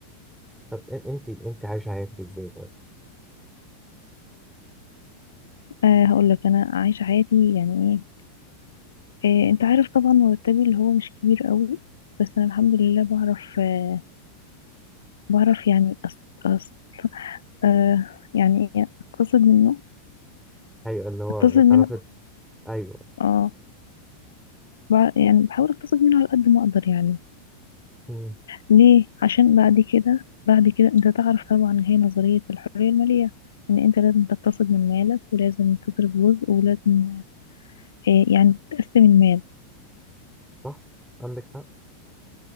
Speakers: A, in the centre; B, on the left (about 70°).
A: طب إن- انت انت عايش حياتك ازاي طيب
B: آه هقول لك انا عايشة حياتي يعني ايه آه انت عارف طبعا مرتبي اللي هو مش كبير قوي بس انا الحمد لله بعرف آه بعرف يعني أص أص آه يعني ايه اقتصد منه
A: ايوه اللي هو
B: اقتصد
A: اتعرفت
B: منه
A: ايوه
B: اه بع- يعني بحاول اقتصد منه على قد ما اقدر يعني
A: مم،
B: ليه عشان بعد كده بعد كده انت تعرف طبعا اللي هي نظرية الحرية المالية ان انت لازم تقتصد من مالك ولازم تصرف جزء ولازم آه، يعني تقسم المال
A: صح عندك